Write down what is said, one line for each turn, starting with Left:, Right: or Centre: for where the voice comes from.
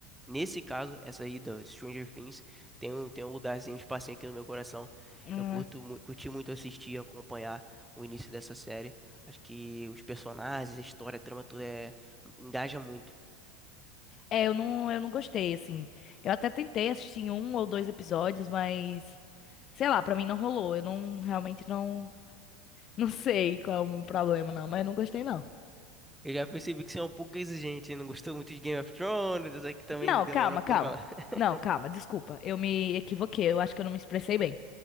Centre: nesse caso, essa aí do Stranger Things tem um, tem um lugarzinho, um espacinho aqui no meu coração.
Left: Hum,
Centre: Eu curto, mu- curti muito assistir, acompanhar o início dessa série. Acho que os personagens, a história, a trama, tudo é, engaja muito.
Left: É, eu não, eu não gostei, assim. Eu até tentei assistir um ou dois episódios, mas sei lá, pra mim não rolou. Eu não realmente não, <laughs> não sei qual é o meu problema, não, mas eu não gostei, não.
Centre: Eu já percebi que você é um pouco exigente, hein? Não gostou muito de Game of Thrones, eu sei que também
Left: Não,
Centre: demora
Left: calma,
Centre: um pouco.
Left: calma.
Centre: pra- <laughs>
Left: Não, calma, desculpa. Eu me equivoquei. Eu acho que eu não me expressei bem.